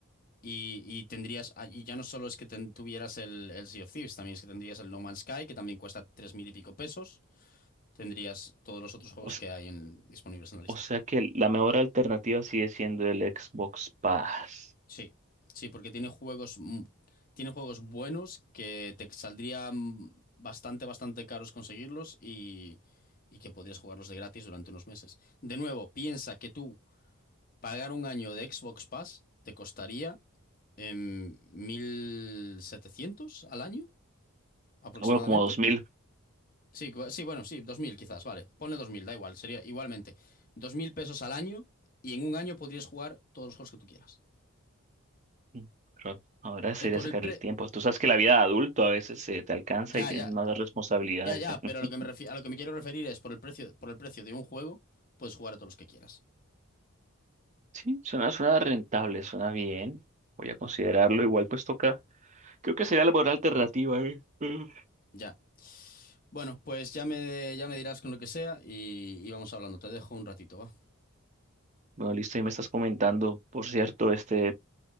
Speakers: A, on the left; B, on the right.
A: Y, y tendrías, ah, y ya no solo es que ten- tuvieras el, el Sea of Thieves, también es que tendrías el No Man's Sky, que también cuesta tres mil y pico pesos. Tendrías todos los otros juegos
B: O, s-
A: que hay en- disponibles en la lista.
B: o sea que la mejor alternativa sigue siendo el Xbox Pass.
A: Sí, sí, porque tiene juegos, mu- tiene juegos buenos que te saldrían bastante, bastante caros conseguirlos y, y que podrías jugarlos de gratis durante unos meses. De nuevo, piensa que tú pagar un año de Xbox Pass te costaría em, 1.700 al año aproximadamente.
B: Ah, Bueno, como $2,000
A: Sí, cu- sí, bueno, sí, 2.000 quizás, vale. Ponle 2.000, da igual, sería igualmente. dos mil pesos al año y en un año podrías jugar todos los juegos que tú quieras.
B: Mm, Claro. Ahora sería
A: Es por
B: sacar
A: el pre...
B: el tiempo. Tú sabes que la vida de adulto a veces se te alcanza
A: Ya,
B: y tienes
A: ya,
B: más responsabilidades.
A: ya, ya,
B: ¿eh? <laughs>
A: pero a lo que me refi- a lo que me quiero referir es por el precio, por el precio de un juego, puedes jugar a todos los que quieras.
B: Sí, suena, suena rentable, suena bien. Voy a considerarlo. Igual pues toca. Creo que sería la buena alternativa, ¿eh? Mm.
A: Ya. Bueno, pues ya me, ya me dirás con lo que sea y, y vamos hablando. Te dejo un ratito, va.
B: Bueno, listo, y me estás comentando. Por cierto, este,